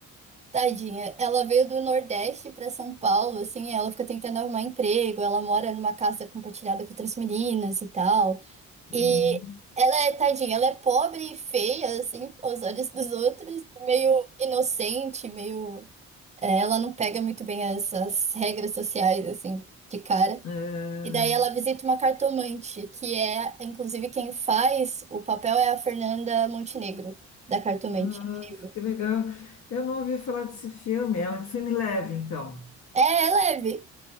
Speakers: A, on the right; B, on the left.
A: tadinha. Ela veio do Nordeste para São Paulo, assim, ela fica tentando arrumar emprego, ela mora numa casa compartilhada com outras meninas e tal. E
B: Hum.
A: ela é tadinha, ela é pobre e feia, assim, aos olhos dos outros, meio inocente, meio. é, ela não pega muito bem essas regras sociais, assim, de cara.
B: Ah,
A: E daí ela visita uma cartomante, que é, inclusive, quem faz o papel é a Fernanda Montenegro, da cartomante.
B: nossa,
A: Incrível.
B: que legal. Eu não ouvi falar desse filme, é um filme leve, então.
A: É, é leve.